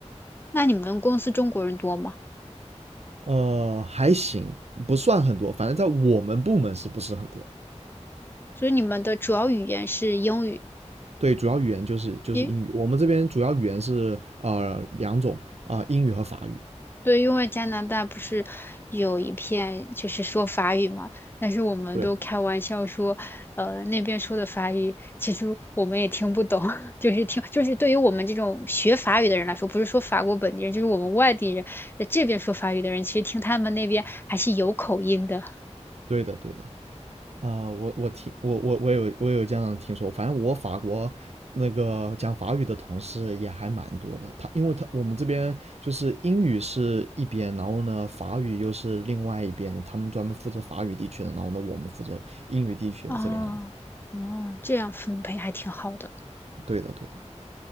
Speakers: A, on the left (about 20°); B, on the right (about 65°).
A: 那你们公司中国人多吗？
B: 呃，还行，不算很多，反正在我们部门是不是很多？
A: 所以你们的主要语言是英语，
B: 对，主要语言就是就是英语，
A: 因
B: 我们这边主要语言是呃两种啊、呃英语和法语。
A: 对，因为加拿大不是有一片就是说法语嘛，但是我们都开玩笑说，
B: 对，
A: 呃，那边说的法语其实我们也听不懂，<laughs> 就是听，就是对于我们这种学法语的人来说，不是说法国本地人，就是我们外地人在这边说法语的人，其实听他们那边还是有口音的。
B: 对的，对的。啊、我我听我我我有我有这样听说，反正我法国那个讲法语的同事也还蛮多的。他因为他我们这边就是英语是一边，然后呢法语又是另外一边的，他们专门负责法语地区的，然后呢我们负责英语地区的这个样子。
A: 哦，哦，这样分配还挺好的。
B: 对的，对的。